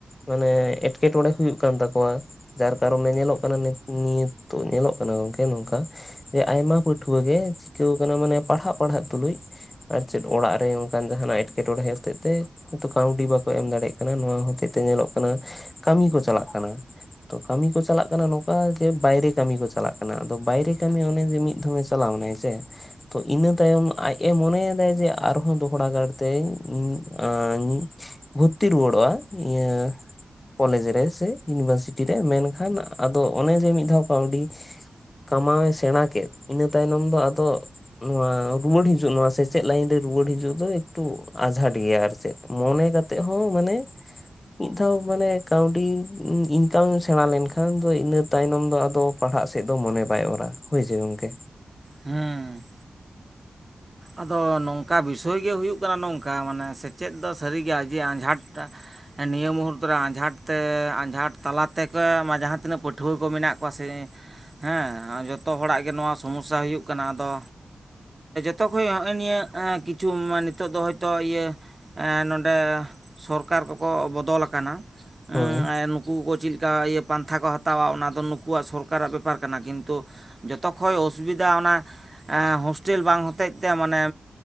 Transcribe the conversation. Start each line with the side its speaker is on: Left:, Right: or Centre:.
Left: ᱢᱟᱱᱮ ᱮᱸᱴᱠᱮᱴᱚᱬᱮ ᱦᱩᱭᱩᱜ ᱠᱟᱱ ᱛᱟᱠᱚᱣᱟ ᱡᱟᱨ ᱠᱟᱨᱚᱱᱮ ᱧᱮᱞᱚᱜ ᱠᱟᱱᱟ ᱱᱤᱛ ᱱᱤᱭᱟᱹ ᱧᱮᱞᱚᱜ ᱠᱟᱱᱟ ᱜᱚᱝᱠᱮ ᱱᱚᱝᱠᱟ ᱟᱭᱢᱟ ᱯᱟᱹᱴᱷᱩᱣᱟ ᱜᱮᱡ ᱤᱠᱟᱹᱣ ᱠᱟᱱᱟ ᱢᱟᱱᱮ ᱯᱟᱲᱦᱟᱜ ᱯᱟᱲᱦᱟᱜ ᱛᱩᱞᱩᱡ ᱟᱨ ᱪᱮᱫ ᱚᱲᱟᱜ ᱨᱮ ᱚᱱᱠᱟᱱ ᱡᱟᱦᱟᱱᱟᱜ ᱮᱴᱠᱮᱴᱚᱬᱮ ᱦᱚᱛᱮᱡ ᱛᱮ ᱠᱟᱹᱣᱰᱤ ᱵᱟᱠᱚ ᱮᱢ ᱫᱟᱲᱮᱭᱟᱜ ᱠᱟᱱᱟ ᱱᱚᱣᱟ ᱦᱚᱛᱮᱡ ᱛᱮ ᱧᱮᱞᱚᱜ ᱠᱟᱱᱟ ᱠᱟᱹᱢᱤ ᱠᱚ ᱪᱟᱞᱟᱜ ᱠᱟᱱᱟ᱾ ᱛᱚ ᱠᱟᱹᱢᱤ ᱠᱚ ᱪᱟᱞᱟᱜ ᱠᱟᱱᱟ ᱱᱚᱝᱠᱟ ᱡᱮ ᱵᱟᱭᱨᱮ ᱠᱟᱹᱢᱤ ᱠᱚ ᱪᱟᱞᱟᱜ ᱠᱟᱱᱟ ᱟᱫᱚ ᱵᱟᱭᱨᱮ ᱠᱟᱹᱢᱤ ᱚᱱᱮ ᱡᱮ ᱢᱤᱫ ᱫᱷᱟᱣᱮ ᱪᱟᱞᱟᱣᱱᱟᱭ ᱥᱮ ᱛᱚ ᱤᱱᱟᱹ ᱛᱟᱭᱚᱢ ᱟᱡᱼᱮ ᱢᱚᱱᱮᱭᱮᱫᱟᱭ ᱡᱮ ᱟᱨᱦᱚᱸ ᱫᱚᱦᱲᱟ ᱜᱟᱲᱛᱮ ᱤᱧ- ᱵᱷᱩᱨᱛᱤ ᱨᱩᱣᱟᱹᱲᱚᱜᱼᱟ ᱤᱭᱟᱹ ᱠᱚᱞᱮᱡᱽ ᱨᱮ ᱥᱮ ᱤᱭᱩᱱᱤᱵᱷᱟᱨᱥᱤᱴᱤ ᱨᱮ ᱢᱮᱱᱠᱷᱟᱱ ᱟᱫᱚ ᱚᱱᱮ ᱡᱮ ᱢᱤᱫ ᱫᱷᱟᱣ ᱠᱟᱹᱣᱰᱤ ᱠᱟᱢᱟᱣᱮ ᱥᱮᱬᱟ ᱠᱮᱫ ᱤᱱᱟᱹ ᱛᱟᱭᱱᱚᱢ ᱫᱚ ᱟᱫᱚ ᱱᱚᱣᱟ ᱨᱩᱣᱟᱹᱲ ᱦᱤᱡᱩᱜ ᱱᱚᱣᱟ ᱥᱮᱪᱮᱫ ᱞᱟᱭᱤᱱ ᱨᱮ ᱨᱩᱣᱟᱹᱲ ᱦᱤᱡᱩᱜ ᱫᱚ ᱮᱠᱴᱩ ᱟᱸᱷᱟᱴ ᱜᱮᱭᱟ ᱟᱨ ᱪᱮᱫ ᱢᱚᱱᱮ ᱠᱟᱛᱮᱜ ᱦᱚᱸ ᱢᱟᱱᱮ ᱢᱤᱫ ᱫᱷᱟᱣ ᱢᱟᱱᱮ ᱠᱟᱹᱣᱰᱤ ᱤᱱᱠᱟᱢ ᱥᱮᱬᱟ ᱞᱮᱱᱠᱷᱟᱱ ᱫᱚ ᱤᱱᱟᱹ ᱛᱟᱭᱱᱚᱢ ᱫᱚ ᱟᱫᱚ ᱯᱟᱲᱦᱟᱜ ᱥᱮᱫ ᱫᱚ ᱢᱚᱱᱮ ᱵᱟᱭ ᱚᱨᱟ ᱦᱳᱭᱥᱮ ᱜᱚᱝᱠᱮ
Right: ᱦᱮᱸ ᱟᱫᱚ ᱱᱚᱝᱠᱟ ᱵᱤᱥᱚᱭ ᱜᱮ ᱦᱩᱭᱩᱜ ᱠᱟᱱᱟ ᱱᱚᱝᱠᱟ ᱢᱟᱱᱮ ᱥᱮᱪᱮᱫ ᱫᱚ ᱥᱟᱹᱨᱤᱜᱮ ᱟᱡᱮ ᱟᱸᱡᱷᱟᱴ ᱱᱤᱭᱟᱹ ᱢᱩᱦᱩᱨᱛ ᱨᱮ ᱟᱸᱡᱷᱟᱴ ᱛᱮ ᱟᱸᱡᱷᱟᱴ ᱛᱟᱞᱟ ᱛᱮᱜᱮ ᱢᱟ ᱡᱟᱦᱟᱸ ᱛᱤᱱᱟᱹᱜ ᱯᱟᱹᱴᱷᱩᱣᱟᱹ ᱠᱚ ᱢᱮᱱᱟᱜ ᱠᱚᱣᱟ ᱥᱮ ᱦᱮᱸ ᱡᱚᱛᱚ ᱦᱚᱲᱟᱜ ᱜᱮ ᱱᱚᱣᱟ ᱥᱚᱢᱚᱥᱥᱟ ᱦᱩᱭᱩᱜ ᱠᱟᱱᱟ ᱟᱫᱚ ᱡᱚᱛᱚ ᱠᱷᱚᱱ ᱦᱚᱜᱼᱚᱭ ᱱᱤᱭᱟᱹ ᱠᱤᱪᱷᱩ ᱢᱟ ᱱᱤᱛᱚᱜ ᱫᱚ ᱦᱚᱭᱛᱳ ᱤᱭᱟᱹ <inaudible> ᱱᱚᱰᱮ ᱥᱚᱨᱠᱟᱨ ᱠᱚᱠᱚ ᱵᱚᱫᱚᱞ ᱟᱠᱟᱱᱟ
Left: ᱦᱳᱭ
Right: <inaudible> ᱱᱩᱠᱩ ᱠᱚ ᱪᱮᱫ ᱞᱮᱠᱟ ᱤᱭᱟᱹ ᱯᱟᱱᱛᱷᱟ ᱠᱚ ᱦᱟᱛᱟᱣᱟ ᱚᱱᱟ ᱫᱚ ᱱᱩᱠᱩᱣᱟᱜ ᱥᱚᱨᱠᱟᱨᱟᱜ ᱵᱮᱯᱟᱨ ᱠᱟᱱᱟ ᱠᱤᱱᱛᱩ ᱡᱚᱛᱚᱠᱷᱚᱡ ᱚᱥᱩᱵᱤᱫᱷᱟ ᱚᱱᱟ ᱦᱳᱥᱴᱮᱞ ᱵᱟᱝ ᱦᱚᱛᱮᱡ ᱛᱮ ᱢᱟᱱᱮ